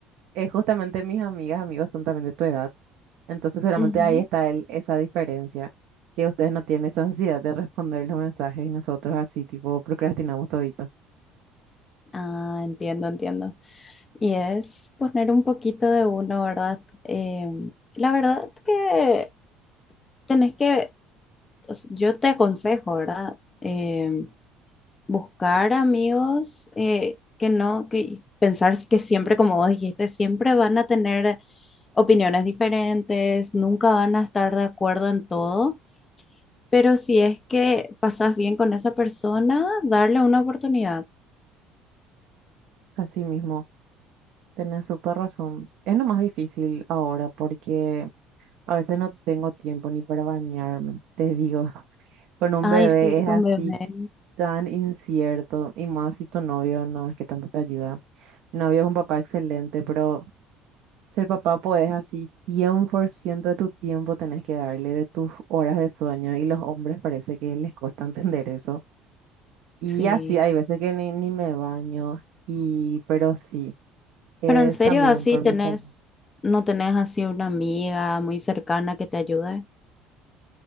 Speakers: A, on the right; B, on the left.
A: es justamente mis amigas, amigos son también de tu edad, entonces seguramente
B: Ujú.
A: ahí está el, esa diferencia, que ustedes no tienen esa ansiedad de responder los mensajes y nosotros así tipo procrastinamos toditos.
B: Ah, entiendo, entiendo. Y es poner un poquito de uno, ¿verdad? Eh, la verdad que tenés que, o sea, yo te aconsejo, ¿verdad? Em, buscar amigos eh, que no, que pensar que siempre, como vos dijiste, siempre van a tener opiniones diferentes, nunca van a estar de acuerdo en todo, pero si es que pasas bien con esa persona, darle una oportunidad.
A: Así mismo, tenés súper razón. Es lo más difícil ahora porque... A veces no tengo tiempo ni para bañarme, te digo, con un
B: Ay,
A: bebé
B: sí,
A: es
B: con
A: así
B: bebé.
A: tan incierto y más si tu novio no es que tanto te ayuda. Mi novio es un papá excelente, pero ser papá pues así 100% de tu tiempo tenés que darle de tus horas de sueño y los hombres parece que les cuesta <laughs> entender eso. Y
B: Sí.
A: así hay veces que ni, ni me baño y pero sí, es
B: Pero en serio,
A: también
B: así
A: por
B: tenés,
A: mi salud.
B: no tenés así una amiga muy cercana que te ayude.